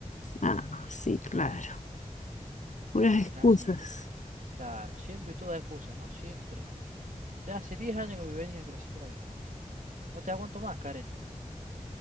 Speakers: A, on the left; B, on the right.
A: Ah, sí, claro. Puras
B: Es
A: excusas.
B: así. Claro, siempre toda excusa, ¿no? Siempre. Ya hace 10 años que me venís haciendo lo mismo. No te aguanto más, Karen.